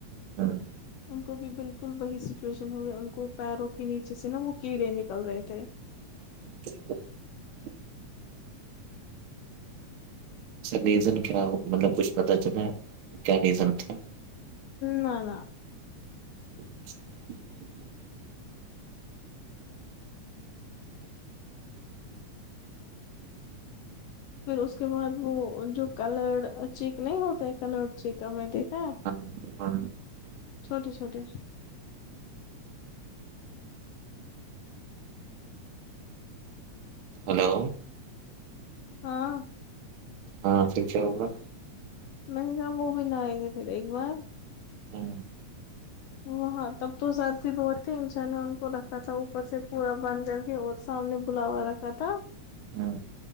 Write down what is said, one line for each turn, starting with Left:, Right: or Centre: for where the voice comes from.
Right: ہاں <unintelligible>
Left: ان کو بھی بالکل وہی سچویشن ہو گئی ان کو پیروں کے نیچے سے نا وہ کیڑے نکل رہے تھے
Right: <inaudible> ریزن کیا مطلب کچھ پتا چلا کیا ریزن تھا
Left: نہ نہ
Right: اچھا
Left: پھر اس کے بعد وہ جو کلر چیک نہیں ہوتا ہے کلر چیک میں دیکھا ہے
Right: ہاں ہاں
Left: چھوٹے چھوٹے
Right: ہلو
Left: ہاں
Right: ہاں پھر کیا ہوا
Left: میں نے کہا وہ بھی لاینگے پھر ایک بار
Right: ہاں
Left: وہ ہاں تب تو سردی بہت تھی انشا نے ان کو رکھا تھا اوپر سے پورا بند کر کے اور سامنے ایک بلاوڑ رکھا تھا
Right: ہاں